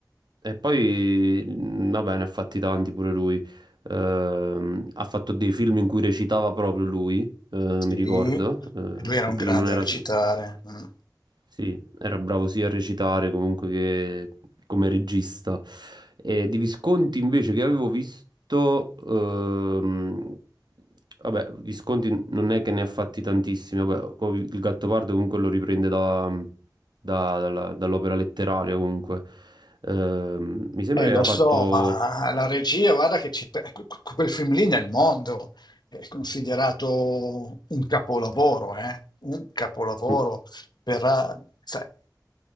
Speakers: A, on the right; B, on the left.
A: E poi, mh, vabbè, ne ha fatti tanti pure lui. Ehm, ha fatto dei film in cui recitava proprio lui, eh,
B: Sì,
A: mi ricordo,
B: e
A: eh,
B: lui era
A: perché
B: un grande
A: lui non era...
B: a recitare.
A: s-
B: mm.
A: sì, era bravo sia a recitare comunque che come regista. E di Visconti invece che avevo visto, ehm, vabbè, Visconti non è che ne ha fatti tantissimi, vabbè, co- il Gattopardo comunque lo riprende da- da- dalla- dall'opera letteraria comunque. Ehm, mi sembra
B: Eh,
A: che
B: lo
A: aveva
B: so,
A: fatto...
B: ma la regia, guarda che ci pe- que- que- quel film lì nel mondo è considerato un capolavoro, eh? Un capolavoro
A: mm,
B: per, a- sai,